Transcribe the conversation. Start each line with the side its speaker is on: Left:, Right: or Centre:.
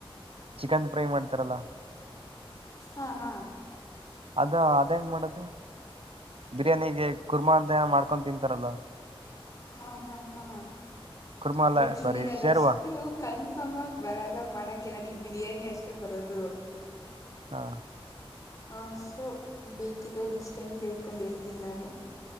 Right: ಚಿಕನ್ ಫ್ರೈ ಮಾಡ್ತಾರಲ್ಲ
Left: ಹಾ ಹಾ
Right: ಅದ ಅದ ಹೆಂಗ್ ಮಾಡದು ಬಿರಿಯಾನಿಗೆ ಕುರ್ಮಾ ಅಂತ ಏನ ಮಾಡ್ಕೊಂಡ ತಿನ್ಂತಾರಲ್ಲ
Left: ಹ್ಹ ಹ್ಹ ಹಾ.
Right: ಕುರ್ಮಾ ಅಲ್ಲ
Left: ಬಟ್
Right: ಸಾರಿ
Left: ನನೀಗ್ ಅದಷ್ಟು
Right: ಶೇರ್ವಾ
Left: ಕನ್ಫರ್ಮ್ ಆಗ ಬರಲ್ಲಾ ಮಾಡಕ್ ನನಿಗ್. ಬಿರಿಯಾನಿ ಅಷ್ಟೇ ಬರದು
Right: ಹಾ
Left: ಹ ಸೊ ಬೇಕಿದ್ರೆ ನೆಕ್ಸ್ಟ್ ಟೈಮ್ ತಿರ್ಕೊಂಡು ಹೇಳ್ತೀನಿ ನಾನು